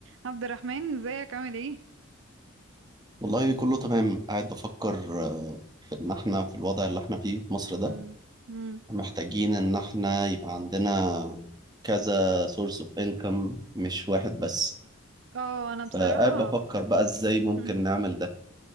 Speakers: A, on the right; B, on the right.
A: عبد الرحمن ازيك عامل ايه
B: والله كله تمام قاعد بفكر آه، في ان احنا في الوضع اللي احنا فيه في مصر ده
A: مم. مم.
B: محتاجين ان احنا يبقى عندنا كذا سورس اوف انكم مش واحد بس
A: اه انا بصراحة
B: فقاعد بفكر بقى ازاي ممكن
A: مهم.
B: نعمل ده